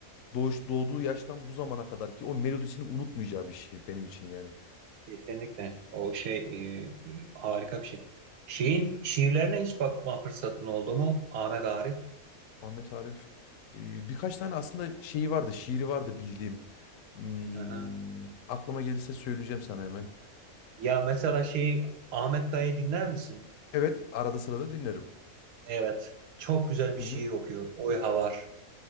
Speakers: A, on the left; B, on the right.
A: doğuş doğduğu yaştan bu zamana kadar ki o melodisini unutmayacağı bir şiir benim için yani.
B: Kesinlikle. O şey e, e, harika bir şey. Şeyin
A: Evet.
B: şiirlerine hiç bakma fırsatın oldu mu? Ahmet Arif.
A: Ahmet Arif e, birkaç tane aslında şeyi vardı, şiiri vardı bildiğim. Hmm,
B: Hı
A: aklıma gelirse söyleyeceğim sana hemen.
B: Ya mesela şey Ahmet Kaya'yı dinler misin?
A: Evet, arada sırada dinlerim.
B: Evet. Çok güzel bir
A: Hı hı.
B: şiir okuyor. Oyha var.